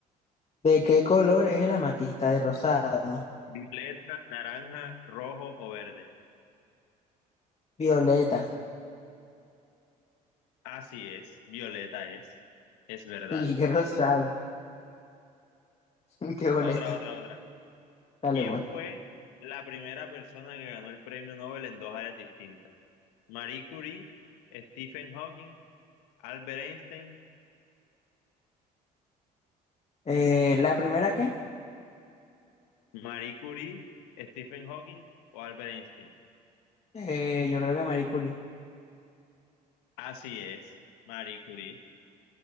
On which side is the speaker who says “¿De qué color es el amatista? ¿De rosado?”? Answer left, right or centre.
Left